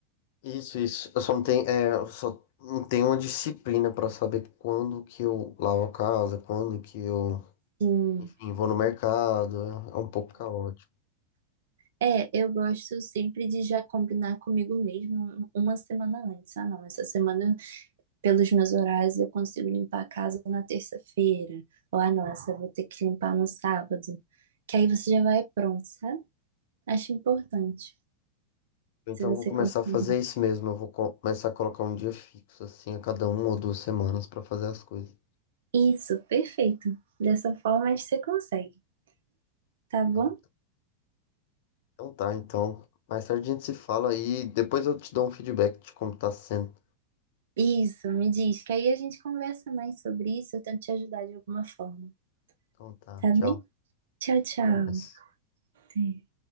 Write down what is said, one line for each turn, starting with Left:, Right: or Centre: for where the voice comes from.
Left: Isso, isso. Eu só não tenho, é, eu só não tenho uma disciplina pra saber quando que eu lavo a casa, quando que eu,
Right: Sim.
Left: enfim, vou no mercado. É é um pouco caótico.
Right: É, eu gosto sempre de já combinar comigo mesmo uma semana antes. Ah, não, essa semana pelos meus horários eu consigo limpar a casa na terça-feira. Ou, ah, nossa, eu vou ter que limpar no sábado. Que aí você já vai pronto, sabe? Acho importante,
Left: Então
Right: se você
Left: eu vou começar
Right: conseguir.
Left: a fazer isso mesmo. Eu vou co- começar a colocar um dia fixo, assim, a cada uma ou duas semanas pra fazer as coisas.
Right: Isso, perfeito. Dessa forma, acho que você consegue, tá bom?
Left: Então, então tá, então. Mais tarde a gente se fala e depois eu te dou um feedback de como tá sendo.
Right: Isso, me diz, que aí a gente conversa mais sobre isso, eu tento te ajudar de alguma forma,
Left: Então tá,
Right: tá
Left: tchau.
Right: bem? Tchau, tchau.
Left: Até mais.
Right: Até.